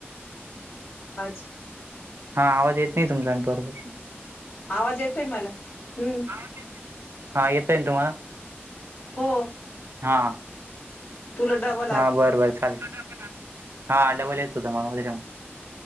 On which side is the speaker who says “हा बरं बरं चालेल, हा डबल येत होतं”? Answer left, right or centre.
Right